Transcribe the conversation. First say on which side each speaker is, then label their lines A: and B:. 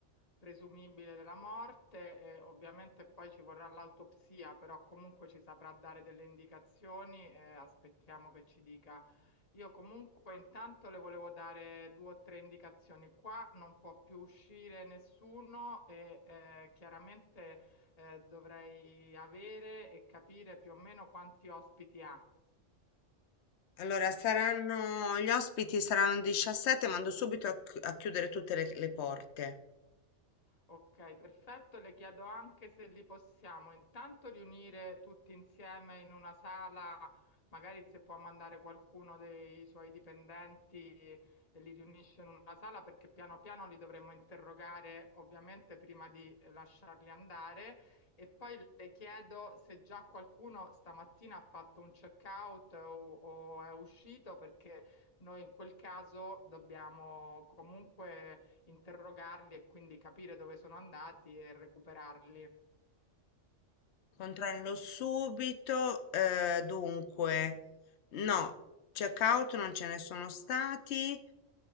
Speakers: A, on the left (about 30°); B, on the left (about 65°).
A: presumibile della morte e ovviamente poi ci vorrà l'autopsia, però comunque ci saprà dare delle indicazioni e aspettiamo che ci dica. Io comunque intanto le volevo dare due o tre indicazioni. Qua non può più uscire nessuno e eh, chiaramente eh, dovrei avere e capire più o meno quanti ospiti ha.
B: Allora, saranno, gli ospiti saranno 17, mando subito a, chi- a chiudere tutte le le porte.
A: Ok, perfetto. Le chiedo anche se li possiamo intanto riunire tutti insieme in una sala, magari se può mandare qualcuno dei suoi dipendenti e li riunisce in una sala, perché piano piano li dovremmo interrogare ovviamente prima di eh, lasciarli andare. E poi le chiedo se già qualcuno stamattina ha fatto un check-out o, o è uscito, perché noi in quel caso dobbiamo comunque interrogarli e quindi capire dove sono andati e recuperarli.
B: Controllo subito. eh, dunque, no, checkout non ce ne sono stati,